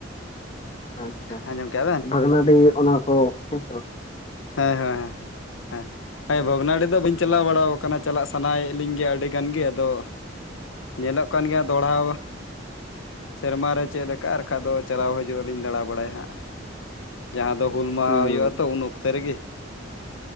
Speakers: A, on the left; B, on the left.
A: ᱟᱪᱪᱷᱟ
B: ᱟᱸᱡᱚᱢ ᱠᱮᱜᱼᱟ ᱵᱮᱱ
A: ᱵᱷᱟᱜᱽᱱᱟᱹᱰᱤ ᱚᱱᱟ ᱠᱚ ᱦᱮᱸ ᱥᱮ ᱵᱟᱝ?
B: ᱦᱮᱸ ᱦᱮᱸ ᱦᱮᱸ ᱦᱮᱸ ᱾ ᱦᱮᱸ, ᱦᱮᱸ ᱵᱷᱚᱜᱽᱱᱟᱰᱤ ᱫᱚ ᱵᱟᱹᱧ ᱪᱟᱞᱟᱣ ᱵᱟᱲᱟ ᱠᱟᱱᱟ ᱪᱟᱞᱟᱜ ᱥᱟᱱᱟᱭᱮᱫ ᱞᱤᱧ ᱜᱮᱭᱟ ᱟᱹᱰᱤ ᱜᱟᱱ ᱜᱮ ᱟᱫᱚ ᱧᱮᱞᱚᱜ ᱠᱟᱱ ᱜᱮᱭᱟ ᱫᱚᱲᱦᱟ ᱥᱮᱨᱢᱟ ᱨᱮ ᱪᱮᱫ ᱞᱮᱠᱟ ᱟᱨ ᱠᱷᱟᱡ ᱫᱚ ᱪᱟᱞᱟᱣ ᱦᱤᱡᱩᱜ ᱤᱧ ᱫᱟᱲᱟ ᱵᱟᱲᱟᱭ ᱦᱟᱸᱜ ᱡᱟᱦᱟᱸ ᱫᱚ ᱦᱩᱞ ᱢᱟᱦᱟ
A: ᱦᱩᱸ
B: ᱦᱩᱭᱩᱜᱼᱟ ᱛᱚ ᱩᱱ ᱚᱠ ᱥᱟᱹᱨᱤ ᱜᱮ ᱾